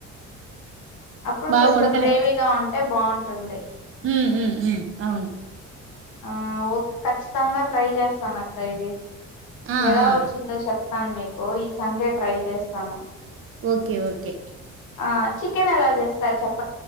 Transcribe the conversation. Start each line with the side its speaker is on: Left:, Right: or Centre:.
Left: అప్పుడు
Right: బాగా
Left: కొంచెం
Right: ఉడకని
Left: గ్రేవీగా ఉంటే బ టున్తుంది
Right: ఉ ఉమ్ అవును
Left: ఆ ఓ ఖచ్చితంగా ట్రై చేస్తాను అక్క ఇది
Right: ఆ
Left: ఎలా
Right: ఆ
Left: వచ్చిందో చెప్ప వస్తాను మీకు ఈ సండే ట్రై చేస్తాను
Right: ఓకే ఓకే
Left: ఆ చికెన్ ఎలా చేస్తారు చెప్